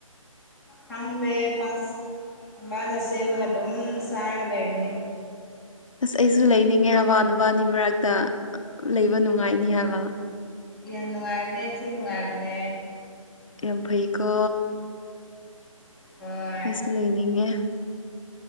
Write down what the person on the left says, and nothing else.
ꯑꯁ ꯑꯩꯁꯨ ꯂꯩꯅꯤꯡꯉꯦ ꯍꯥꯏꯕ ꯅꯥꯕꯅꯤ ꯃꯔꯛꯇ ꯂꯩꯕ ꯅꯨꯡꯉꯥꯏꯅꯤ ꯍꯥꯏꯕ
ꯌꯥꯝ ꯐꯩꯀꯣ
ꯑꯩꯁꯨ ꯂꯩꯅꯤꯡꯉꯦ